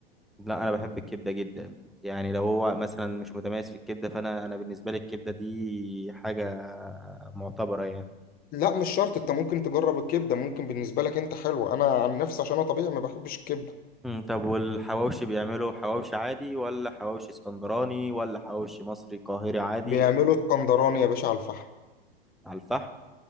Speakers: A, in the centre; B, on the left.
A: لا انا بحب الكبده جدا يعني لو هو مثلا مش متميز في الكبده فانا انا بالنسبه لي الكبده دي حاجه معتبره يعني
B: لا مش شرط انت ممكن تجرب الكبده ممكن بالنسبه لك انت حلوه انا عن نفسي عشان انا طبيعي ما بحبش الكبده
A: مم، طب والحواوشي بيعملوا حواوشي عادي ولا حواوشي اسكندراني ولا حواوشي مصري قاهري عادي
B: بيعملوا اسكندراني يا باشا على الفحم
A: على الفحم